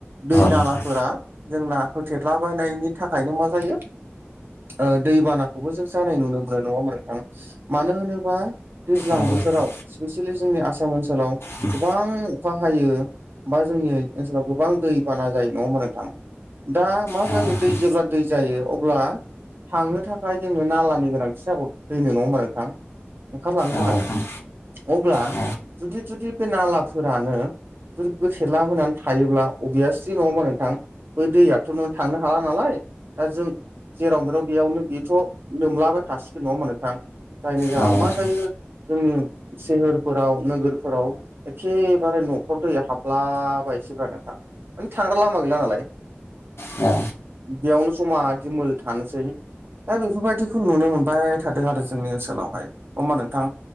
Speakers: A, on the right; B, on the left.
A: दै
B: नोंथां
A: नालाफोरा जोंना होथेरलाबायनायनि थाखायनो मा जायो ओ दैबानाखौबो जों जानाय नुनो मोनो नङा ओमबा नोंथां मानो होनोबा दैज्लां
B: औ
A: बोथोराव
B: नोंथां
A: स्पेसियेलि जोंनि आसाम ओनसोलाव
B: उम
A: गोबां अखा हायो बा जोंनि ओइ ओनसोलाव गोबां दै बाना जायो नङा होमबा नोंथां दा मा
B: औ
A: <unintelligible>
B: नोंथां
A: दै जेब्ला दै ज जायो अब्ला थांनो थाखाय जोंनो नालानि गोनांथि जागौ दैनो नङा होमबा नोंथां? ओंखारलांनो थाखाय
B: औ नोंथां
A: अब्ला
B: औ
A: जुदि थुदि बे नालाफोरानो <unintelligible> गोथेला होनानै थायोब्ला अभियासलि नङा ओमबा नोंथां? बै दैयाथ' नों थांनो हाला नालाय दा जों जेराव बेेराव बेयावनो बेथ' नोमलाबाय थासिगोन नङा होमबा नोंथांं? जायनि जाहोनाव
B: औ नोंथां
A: मा जायो जोंनि सोहोरफोराव नोगोरफोराव एखेबारे न'खाव दै हाबलाबायसैब्रा नोंथां। माने थांग्रा लामा गैला नालाय
B: अ।
A: बेयावनो जमा दिमोल थानोसै। दा <unintelligible> बेफोरबायदिखौ नुनो मोनबाय थादों आरो जोंनि ओनसोलावहाय अ ओमबा नोंथां